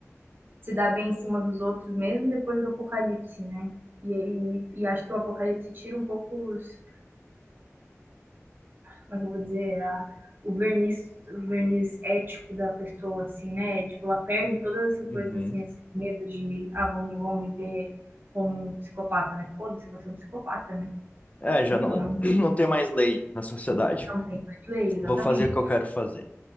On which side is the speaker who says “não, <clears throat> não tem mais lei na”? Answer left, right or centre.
Left